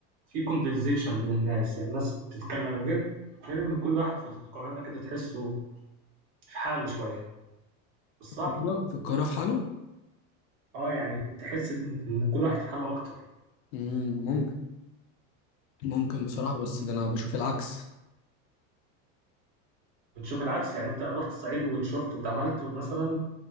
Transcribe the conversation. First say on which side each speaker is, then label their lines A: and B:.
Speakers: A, on the right (about 60°); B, on the left (about 75°).
A: في كونفرزيشن بين الناس يعني الناس بتتكلم غير غير ان كل واحد في القاهره كده تحسه في حاله شويه مش صح؟
B: في القاهرة في القاهرة في حاله
A: اه يعني تحس ان إن كل واحد في حاله اكتر
B: امم ممكن ممكن بصراحة بس ده أنا بشوف العكس
A: بتشوف العكس يعني انت رحت الصعيد وشفت واتعاملت مثلا